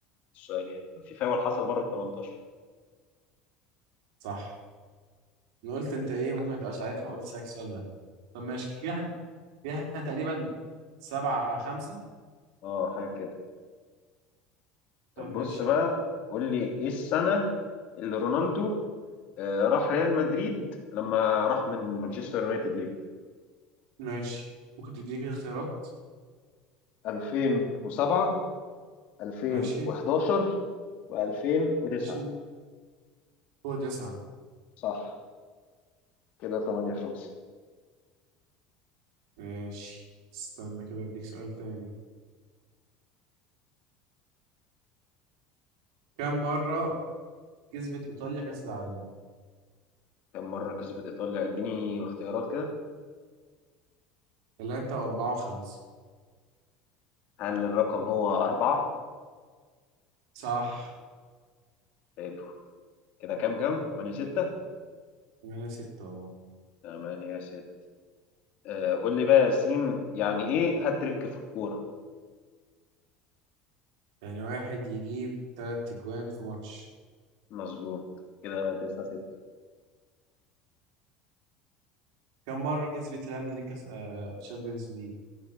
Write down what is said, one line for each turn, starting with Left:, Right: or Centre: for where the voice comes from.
Left: السؤال يعني في فاول حصل بره ال 18
Right: صح انا قلت انت ايه ممكن ما تبقاش عارفها وقلت اسالك السؤال ده طب ماشي كده احنا كده إحنا تقريبا سبعة خمسة
Left: اه حاجة كده طب
Right: طب ماشي
Left: بص بقى
Right: يلا
Left: قول لي ايه السنة اللي رونالدو آه، راح ريال مدريد لما راح من مانشستر يونايتد ليه
Right: ماشي ممكن تديني كده اختيارات
Left: 2007 2011
Right: ماشي
Left: و2009
Right: ماشي هو تسعة
Left: صح كده 8 5
Right: ماشي استنى كده اديك سؤال تاني كم مرة كسبت ايطاليا كأس العالم
Left: كم مرة كسبت إيطاليا اديني اختيارات كده
Right: ثلاثة وأربعة وخمسة
Left: هل الرقم هو أربعة
Right: صح
Left: حلو كده كام كام تمانية ستة
Right: ثمانية ستة
Left: تمانية ستة آه، قول لي بقى يا ياسين يعني إيه هاتريك في الكورة
Right: يعني واحد يجيب تلات أجوان في ماتش
Left: مظبوط كده تسعة ستة
Right: كم مرة كسبت ريال مدريد كاس آه تشامبيونز ليج